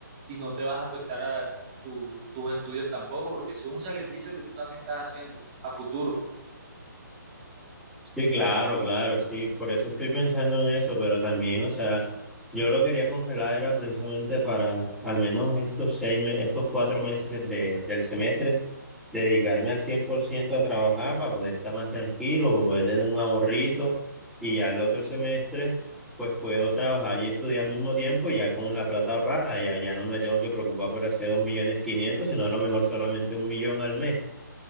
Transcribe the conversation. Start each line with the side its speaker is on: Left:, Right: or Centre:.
Right: y no te vas a afectar a tu- tus estudios tampoco, porque eso es un sacrificio que tú también estás haciendo a futuro.
Centre: Sí, claro, claro, sí, por eso estoy pensando en eso, pero también, o sea, yo lo quería congelar era precisamente para al menos estos seis me- estos cuatro meses de, del semestre, dedicarme al 100% a trabajar para poder estar más tranquilo, para poder tener un ahorrito y ya el otro semestre, pues puedo trabajar y estudiar al mismo tiempo ya con la plata ahorrada, ya, ya no me tengo que preocupar por hacer dos millones quinientos, sino a lo mejor solamente un millón al mes.